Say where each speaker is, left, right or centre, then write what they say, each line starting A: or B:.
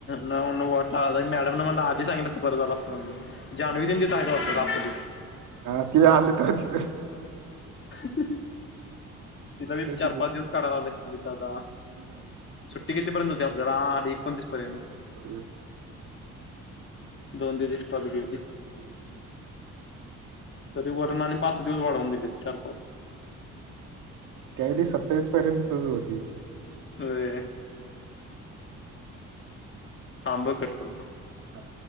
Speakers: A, on the left; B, on the right.
A: नव- नवं वाटल मॅडम न म्हणल आधी सांगितलं असत तर बरं झाल असत. म्हणलं <unintelligible> जान्हवी तेन तिथ हायत वाटत '
B: हा ती आली तर की
A: हि, हि, ही. तिला बी चार
B: तिकडून.
A: पाच दिवस काढायला लावल्यात तिथ, आता
B: हम्म.
A: सुट्टी कितीपर्यंत होती आपल्याला आणि एकोणतीस पर्यंत,
B: हो,
A: दोन दिवस एक्स्ट्रा दिली होती.
B: हम्म,
A: तरी वरन आणि पाच दिवस वाढवून दिले चार- पाच.
B: नाहि रे सत्तावीस पर्यंत होती.
A: व्हय, थांब कट करतो.
B: हा.